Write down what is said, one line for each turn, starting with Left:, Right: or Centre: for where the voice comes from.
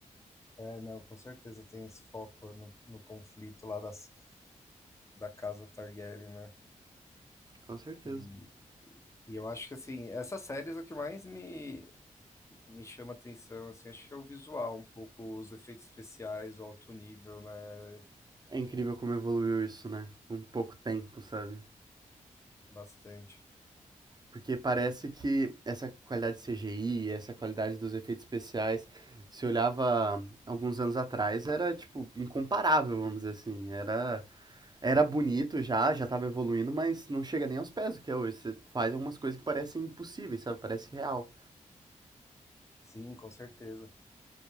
Left: É, não, com certeza tem esse foco no, no conflito lá das, da casa Targaryen, né?
Right: Com certeza.
Left: E, e, e eu acho que, assim, essas séries é o que mais me, me chama atenção, assim, acho que é o visual, um pouco os efeitos especiais, o alto nível, né?
Right: É incrível como evoluiu isso, né? Com pouco tempo, sabe?
Left: Bastante.
Right: Porque parece que essa qualidade de CGI, essa qualidade dos efeitos especiais, se olhava alguns anos atrás, era, tipo, incomparável, vamos dizer assim. Era, era bonito já, já tava evoluindo, mas não chega nem aos pés do que é hoje. Você faz algumas coisas que parecem impossíveis, sabe? Parece real.
Left: Sim, com certeza.